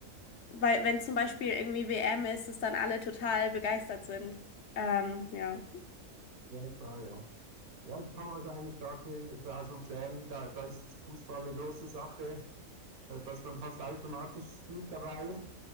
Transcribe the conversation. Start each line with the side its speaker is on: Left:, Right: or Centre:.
Left: weil wenn zum Beispiel irgendwie WM ist, dass dann alle total begeistert sind. Ähm, ja.
Right: Ja, klar, ja. Ja, ich komme aus einer Stadt hier in der Schweiz, Luzern, da, da ist Fußball eine große Sache. Da, da ist man fast automatisch mit dabei.